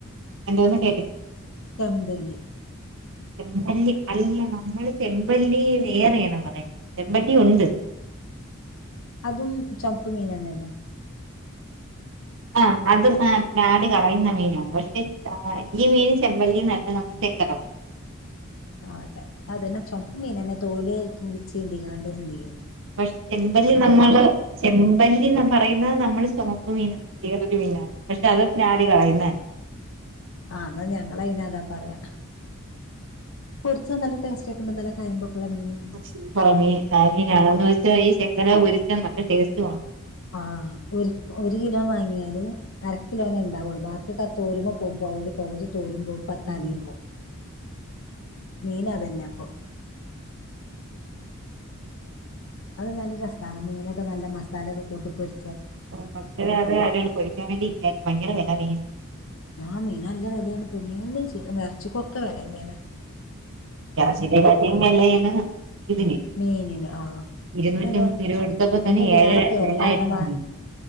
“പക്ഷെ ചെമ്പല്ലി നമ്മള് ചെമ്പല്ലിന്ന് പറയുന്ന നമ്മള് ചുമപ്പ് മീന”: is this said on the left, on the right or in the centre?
Right